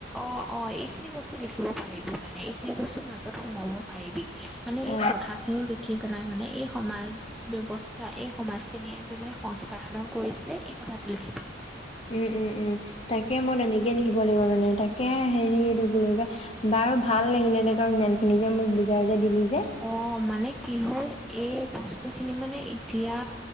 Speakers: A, in the centre; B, on the left (about 30°).
A: অ অ এইখিনি বস্তু লিখিব পাৰিবি মানে এইখিনি বস্তুৰ মাজত সুমোব পাৰিবি মানে
B: অ
A: এই প্ৰথা খিনি লিখি কে মানে এই সমাজ ব্যৱস্থাৰ এই সমাজ খিনিয়ে যে মানে সংস্কাৰ সাধন কৰিছিলে এই কথাটো লিখিবি।
B: উম উম উম তাকে মই নিজে লিখিব লাগিব মানে তাকে হেৰিলো যে বাৰু ভাল লাগিলে দেহতক ইমান খিনি যে মোক বুজাই যে দিলি। যে
A: অ মানে কি হ'ল এই বস্তুখিনি মানে এতিয়া